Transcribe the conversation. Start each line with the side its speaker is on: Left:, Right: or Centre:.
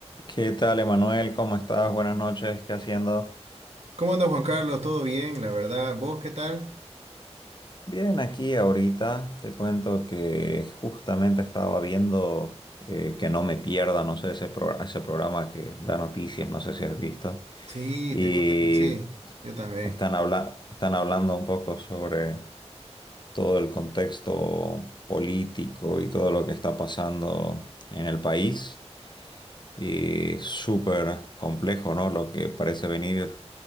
Left: ¿Qué tal, Emanuel? ¿Cómo estás? Buenas noches. ¿Qué haciendo?
Right: ¿Cómo anda Juan Carlos? ¿Todo bien? La verdad, ¿vos qué tal?
Left: Bien, aquí ahorita te cuento que justamente estaba viendo eh, Que no me pierda, no sé, ese, pro- ese programa que da noticias, no sé si has visto.
Right: Sí,
Left: Y
Right: te cuento que sí, yo también.
Left: están, habla- están hablando un poco sobre todo el contexto político y todo lo que está pasando en el país. Y súper complejo, ¿no? Lo que parece venir.